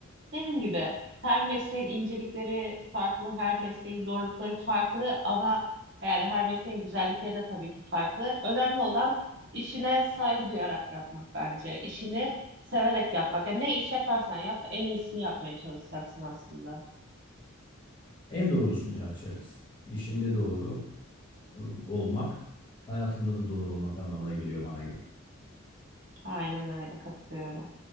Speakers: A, on the right; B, on the left.
A: Benim gibi her mesleğin incelikleri farklı, her mesleğin zorlukları farklı ama yani her mesleğin güzellikleri de tabii ki farklı. Önemli olan işine saygı duyarak yapmak bence. İşini severek yapmak. Yani ne iş yaparsan yap, en iyisini yapmaya çalışacaksın aslında.
B: En doğrusunu yapacaksın. İşinde doğru e, olmak, hayatında da doğru olmak anlamına geliyor bana göre.
A: Aynen öyle katılıyorum.